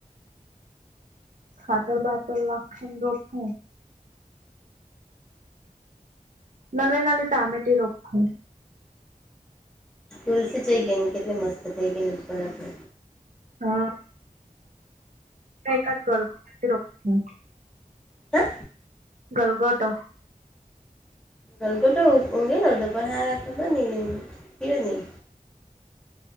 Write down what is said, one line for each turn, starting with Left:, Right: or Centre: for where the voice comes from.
Right: ખાતર બાદર લખીન રોખું મલેનાલી ટમેટ રોફું
Centre: તુલસી જઈ ગઈ ને કેટલી મસ્ત થઈ ગઈ ને બરાબર.
Right: હા. એક જ ગલ રો નથી રોકું.
Centre: હ?
Right: ગલગોટો
Centre: ગલગોટો ઊંઘીયો નહીં પર હૈ ખબર નહીં ગીયો નહીં.